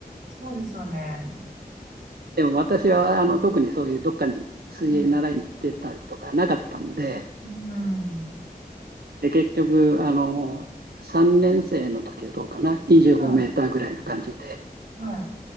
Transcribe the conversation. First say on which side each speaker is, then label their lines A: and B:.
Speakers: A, on the right; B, on the right.
A: そうですよね。
B: でも私はあの特にそういうどっかに水泳習いに行ってたりとかなかったんで、
A: うん、うん、うん
B: で結局あの、3年生の時はどうかな、25メーターぐらいの感じで、
A: はい、はい、